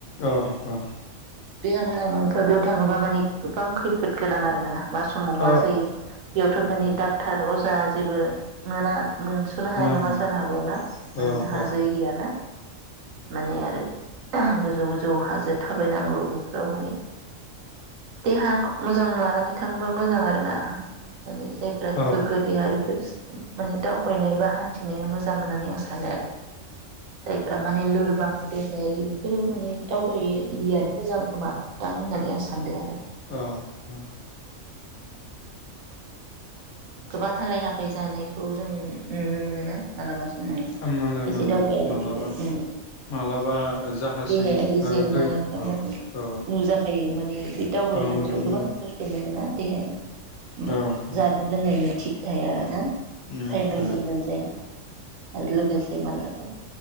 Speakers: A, on the left; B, on the right.
A: औ औ।
B: देहा मोजांनङैफ्रि बेयाव थाङोबा माने गोबां खैफोद गोनां आरोना । मा समाव
A: औ
B: मा जायो बेयावथ' माने डाक्टार अजा जा जेबो मोना मोनस'नो
A: मोना
B: हानाय नङा
A: मोना
B: जानो हागौ ना,
A: औ
B: ओम
A: औ
B: हाजो
A: औ
B: एरिया ना । माने आरो <unintelligible> गोजौ गोजौ हाजो थाबायनांगौ बेफोराव माने देहा मोजां लानानै थाङोबा मोजां आरोना । माने जायफोरहा
A: औ
B: गोग्गो देहा बेफोर सो माने दावबायनाय बा हान्थिनाया मोजां होननानै आं सानो आरो । जायफ्रा माने लोर देहायारि बेफोरो माने दाव बाय यैयानो मोजां खोमा । दां होननानै आं सान्दों आरो।
A: औ औ।
B: गोबां हालाय-हाफाय जानायखौ जों नुनो मोनोना। मालाबा समाव खायसे
A: औ मोनो मोनो
B: दावबायारिफोरखो
A: मालाबा
B: ओम
A: मालाबा जाहाजजों
B: देहायारि
A: ओ
B: जेंनायाफ्रा
A: दै औ
B: माने
A: औ
B: नुजाखायो माने बे दावबायनाय
A: औ
B: समावथ'
A: नुजायो
B: गोबां
A: नुजायो
B: खस्थ' मोनोना। देहाया उम
A: औ औ
B: जानाय लोंनायनि थिग थाया ना?
A: उम
B: थाइम
A: थाया
B: बायदि मोनजाया। आरो लोगोसे मालाबा